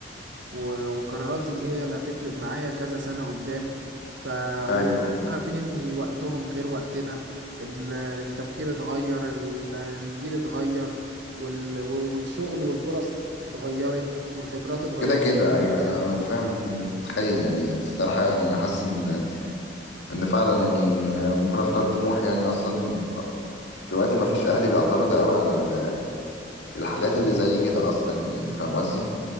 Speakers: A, on the right (about 85°); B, on the left (about 80°).
A: و- وقراراتي دي هي اللي هتفرق معايا كذا سنة قدام ف و-
B: ايوه
A: احنا عارفين ان وقتهم غير وقتنا ال- التفكير اتغير ال- الجيل اتغير وال- والشغل والفرص اتغيرت والخبرات اتغيرت
B: كده كده ايوه انا فاهم متخيل يعني الصراحه يعني حاسس ان ان فعلا يعني ممكن اختار طموح يعني اصلا دلوقتي ما فيش اهلي بيعترضوا قوي على ال- الحاجات اللي زي كده اصلا يعني فاهم قصدي